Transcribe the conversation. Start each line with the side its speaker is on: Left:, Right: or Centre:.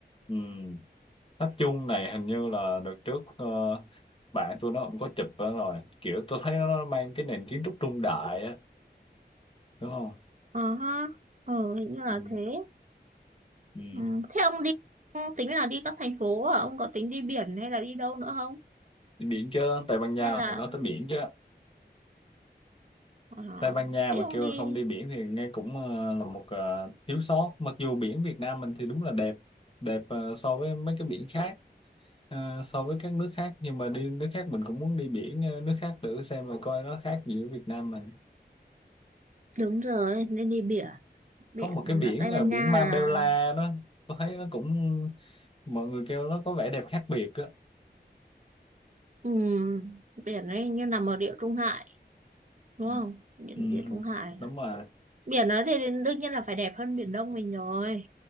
Left: ừ tháp chuông này hình như là đợt trước ờ, bạn tôi nó cũng có chụp đó rồi kiểu tôi thấy nó mang cái nền kiến trúc trung đại á đúng không
Right: Ờ ha. Ờ, hình như là
Left: ừ,
Right: thế.
Left: ừ.
Right: Ừ. Thế ông đi tính là đi các thành phố à? Ông có tính đi biển hay là đi đâu nữa không?
Left: Đi biển chứ Tây Ban Nha
Right: Hay là
Left: là phải nói tới biển chứ
Right: ờ,
Left: Tây Ban Nha
Right: thế
Left: mà
Right: ông
Left: kêu
Right: đi
Left: là không đi biển thì nghe cũng ờ, là một ờ, thiếu sót mặc dù biển Việt Nam mình thì đúng là đẹp đẹp ờ, so với mấy cái biển khác ờ, so với các nước khác nhưng mà đi nước khác mình cũng muốn đi biển ờ, nước khác thử xem mà coi nó khác gì với Việt Nam mình
Right: đúng rồi nên đi biển biển
Left: có một
Right: là
Left: cái biển
Right: Tây
Left: ờ,
Right: Ban
Left: biển
Right: Nha
Left: Marbella
Right: là
Left: đó tôi thấy nó cũng mọi người kêu nó có vẻ đẹp khác biệt đó
Right: ừ, biển ấy như nằm ở địa Trung Hải đúng
Left: ừ,
Right: không? Biển
Left: ừ,
Right: địa Trung Hải
Left: đúng
Right: à?
Left: rồi
Right: biển ấy thì đương nhiên là phải đẹp hơn biển Đông mình rồi.